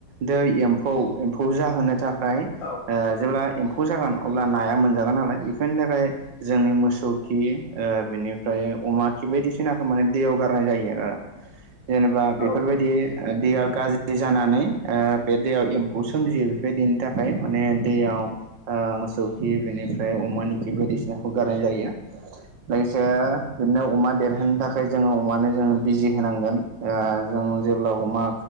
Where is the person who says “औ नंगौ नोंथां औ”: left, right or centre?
Left